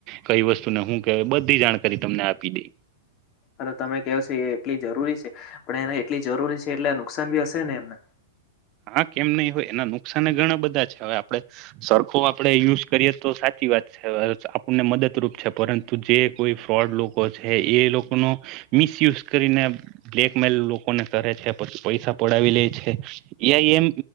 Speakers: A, on the right; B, on the left.
A: કઈ વસ્તુને હું કેવાય બધી જાણકારી તમને આપી દઈ.
B: અને તમે કહો એટલી જરૂરી છે, પણ એને એટલી જરૂરી છે એટલે નુકસાન ભી હશે છે ને એમના?
A: હા કેમ નહી હોય એના નુકસાનને ઘણા બધા છે હવે આપડે, સરખો આપડે યુઝ કરીએ તો સાચી વાત. આપણને મદદરૂપ છે. પરંતુ જે કોઈ ફ્રોડ લોકો છે એ લોકોનો મિસયુઝ કરીને બ્લેકમેલ લોકોને કરે છે પછી પૈસા પડાવી લે. છે. એ આઈ એમ